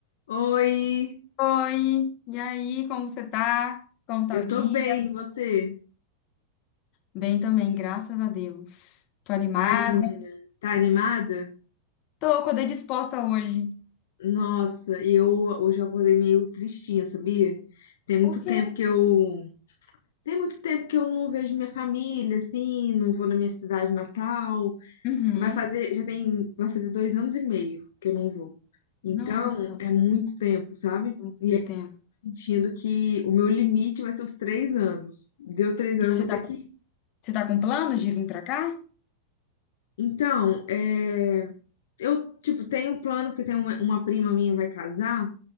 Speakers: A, on the left; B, on the left.
A: Oi,
B: Oi, e aí, como você tá? Como tá
A: eu
B: o
A: tô
B: dia?
A: bem, e você?
B: Bem também, graças a Deus. Tô animada.
A: Ai, menina, tá animada?
B: Tô, acordei disposta hoje.
A: Nossa, eu hoje eu acordei meio tristinha, sabia? Tem muito
B: Por quê?
A: tempo que eu tem muito tempo que eu não vejo minha família, assim, não vou na minha cidade natal.
B: Uhum.
A: Vai fazer, já tem, vai fazer dois anos e meio que eu não vou.
B: Nossa,
A: Então, é muito tempo, sabe?
B: muito
A: E aí, eu
B: tempo.
A: tô sentindo que o meu limite vai ser os três anos. Deu três anos, eu
B: Você
A: vou ter
B: tá,
A: que ir.
B: você tá com plano de vir pra cá?
A: Então, é. eu, tipo, tenho um plano, porque tem uma, uma prima minha vai casar,